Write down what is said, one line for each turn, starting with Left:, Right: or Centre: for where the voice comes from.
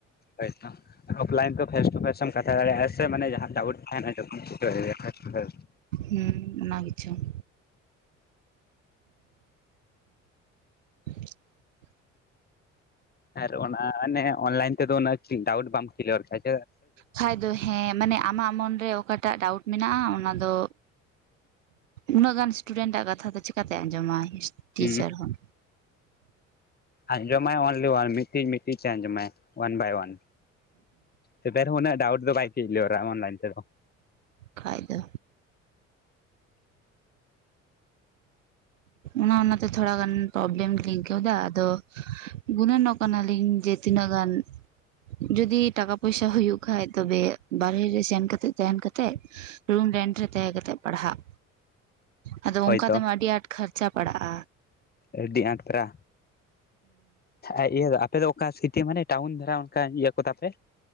Left: ᱦᱚᱭ ᱛᱚ ᱚᱯᱷᱞᱟᱭᱤᱱ ᱛᱮ ᱯᱷᱮᱥ ᱴᱩ ᱯᱷᱮᱥᱮ ᱮᱢ ᱠᱟᱛᱷᱟ ᱫᱟᱲᱮᱭᱟᱜᱼᱟ ᱥᱮ ᱢᱟᱱ ᱡᱟᱦᱟᱸ ᱰᱩᱴ ᱛᱟᱦᱮ <inaudible>
Right: ᱦᱩᱸ ᱚᱱᱟ ᱠᱤᱪᱷᱚᱝ ᱦᱮ <inaudible>
Left: ᱟᱨ ᱚᱱᱟ ᱚᱱᱮ ᱚᱱᱞᱟᱭᱤᱱ ᱛᱮᱫᱚ ᱩ ᱰᱟᱣᱩᱴ ᱵᱟᱢ ᱠᱤᱞᱤᱭᱟᱨ ᱠᱷᱟᱡ
Right: ᱠᱷ ᱫᱚ ᱦᱮᱸ ᱢᱟᱱᱮ ᱟᱢᱟᱜ ᱢᱚᱱᱨᱮ <unintelligible> ᱚᱠᱟᱴᱟᱜ ᱰᱟᱣᱩᱴ ᱢᱮᱱᱟᱜᱼᱟ ᱚᱱᱟ ᱫᱚ ᱩᱱᱟᱹᱜ ᱜᱟᱱ ᱤᱥᱴᱩᱰᱮᱱᱴ ᱟᱜ ᱠᱟᱛᱷᱟ ᱫᱚ ᱪᱤᱠᱟᱛᱮ ᱟᱸᱡᱚᱢᱟ ᱴᱤᱪᱟᱨ
Left: ᱦᱩᱸ
Right: ᱦᱚᱸ
Left: ᱟᱸᱡᱚᱢᱟᱭ ᱚᱱᱞᱤ ᱚᱭᱟᱱ ᱢᱤᱫᱴᱤᱡ ᱢᱤᱫᱴᱤᱡ ᱟᱸᱡᱚᱢᱟᱭ ᱚᱣᱟᱱ ᱵᱟᱭ ᱚᱣᱟᱱ ᱛᱚᱵ ᱩᱱᱟᱹᱜ ᱰᱟᱣᱩᱴ ᱫᱚ ᱵᱟᱭ ᱪᱮᱫ ᱞᱮ ᱚᱱᱞᱟᱭᱤᱱ ᱛᱮᱫᱚ
Right: ᱠᱷᱟ ᱫᱚ ᱚᱱᱟ ᱚᱱᱟᱛᱮ ᱛᱷᱚᱲᱟ ᱜᱟᱱ ᱯᱨᱚᱵᱞᱮᱢ ᱜᱤᱧ ᱟᱹᱭᱠᱟᱹᱣ ᱮᱭᱟ ᱟᱫᱚ ᱜᱩᱱᱟᱹᱱ ᱚ ᱠᱟᱱᱟᱞᱤᱧ ᱡᱮ ᱛᱤᱱᱟᱹᱜ ᱜᱟᱱ ᱡᱩᱚᱫᱤ ᱴᱟᱠᱟ ᱯᱚᱭᱥᱟ ᱦ ᱦᱩᱭᱩᱜᱭ ᱠᱷᱟᱱ ᱛᱚᱵᱮ ᱵᱟᱨᱦᱮ ᱨᱮ ᱥᱮᱱᱠᱟᱛᱮᱫ ᱛᱟᱦᱮᱸᱱ ᱠᱟᱛᱮᱜ ᱨᱩᱢ ᱨᱮᱱᱴ ᱨᱮ ᱛᱟᱦᱮᱸ ᱠᱟᱛᱮ ᱯᱟᱲᱦᱟᱜ ᱟᱫᱚ
Left: ᱦᱳᱭᱛᱚ
Right: ᱚᱱᱠᱟ ᱛᱮᱢᱟ ᱟᱹᱰᱤ ᱟᱸᱴ ᱠᱷᱚᱨᱪᱟ ᱯᱟᱲᱟᱜᱼᱟ
Left: ᱟᱹᱰᱤ ᱟᱸᱴ ᱯᱨᱟ <inaudible> ᱤᱭᱟᱹ ᱫᱚ ᱟᱯᱮ ᱫᱚ ᱚᱠᱟ ᱥᱤᱴᱤ ᱢᱟᱱᱮ ᱴᱟᱣᱩᱱ ᱫᱷᱟᱨᱟ ᱚᱱᱠᱟ ᱤᱭᱟᱹ ᱠᱚ ᱛᱟᱯᱮ